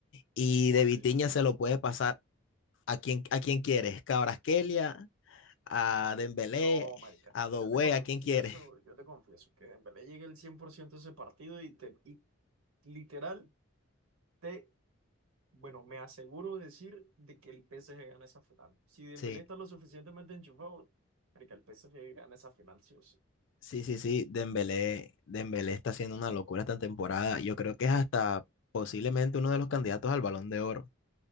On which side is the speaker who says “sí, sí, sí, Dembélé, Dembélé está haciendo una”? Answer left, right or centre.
Left